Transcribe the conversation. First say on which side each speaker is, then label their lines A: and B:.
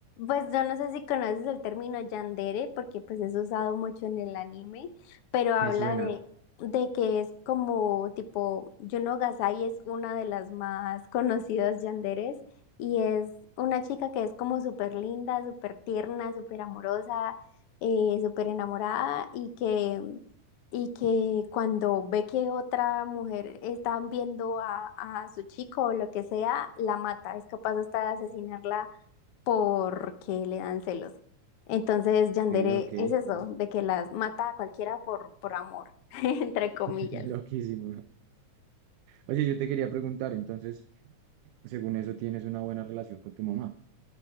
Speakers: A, on the left; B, on the right.
A: Pues yo no sé si conoces el término yandere, porque pues es usado mucho en el anime, pero habla
B: Me suena.
A: de, de que es como tipo, Yuno Gasai es una de las más conocidas yanderes y es una chica que es como súper linda, súper tierna, súper amorosa, eh, súper enamorada y que y que cuando ve que otra mujer está viendo a, a su chico o lo que sea, la mata. Es capaz hasta de asesinarla porque le dan celos. Entonces, Yandere
B: Ok, ok.
A: es eso, de que las mata a cualquiera por, por amor, <laughs> entre
B: <laughs>
A: comillas.
B: Loquísimo. Oye, yo te quería preguntar, entonces, según eso, ¿tienes una buena relación con tu mamá?